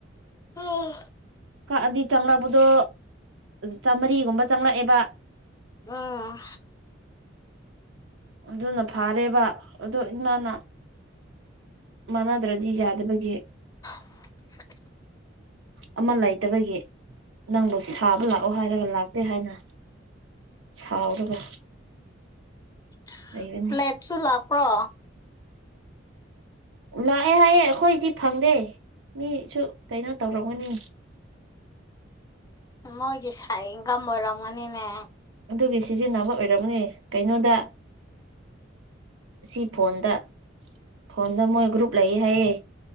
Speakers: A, on the left (about 20°); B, on the right (about 75°).
A: ꯑꯥ
B: ꯀꯛꯑꯗꯤ ꯆꯪꯂꯛꯄꯗꯣ ꯆꯥꯝꯃꯔꯤꯒꯨꯝꯕ ꯆꯪꯂꯛꯑꯦꯕ
A: ꯑꯥ
B: ꯑꯗꯨꯅ ꯐꯥꯔꯦꯕ ꯑꯗꯨ ꯏꯃꯥꯅ ꯃꯥꯟꯅꯗ꯭ꯔꯗꯤ ꯌꯥꯗꯕꯒꯤ
A: <inaudible>
B: ꯑꯃ ꯂꯩꯇꯕꯒꯤ ꯅꯪꯕꯨ ꯁꯥꯕ ꯂꯥꯛꯑꯣ ꯍꯥꯏꯔꯒ ꯂꯥꯛꯇꯦ ꯍꯥꯏꯅ ꯁꯥꯎꯔꯒ
A: ꯑꯥ
B: ꯂꯩꯕꯅꯤ
A: ꯁꯨ ꯂꯥꯛꯄ꯭ꯔꯣ
B: ꯂꯥꯛꯑꯦ ꯍꯥꯏꯌꯦ ꯑꯩꯈꯣꯏꯗꯤ ꯐꯪꯗꯦ ꯃꯤꯁꯨ ꯀꯩꯅꯣ ꯇꯧꯔꯝꯒꯅꯤ
A: ꯃꯣꯏꯒꯤ ꯁꯥꯏ ꯏꯟꯒꯝ ꯑꯣꯏꯔꯝꯒꯅꯤꯅꯦ
B: ꯑꯗꯨꯒꯤ ꯁꯤꯖꯤꯟꯅꯕ ꯑꯣꯏꯔꯝꯒꯅꯤ ꯀꯩꯅꯣꯗ ꯁꯤ ꯐꯣꯟꯗ ꯐꯣꯟꯗ ꯃꯣꯏ ꯒ꯭ꯔꯨꯞ ꯂꯩ ꯍꯥꯏꯌꯦ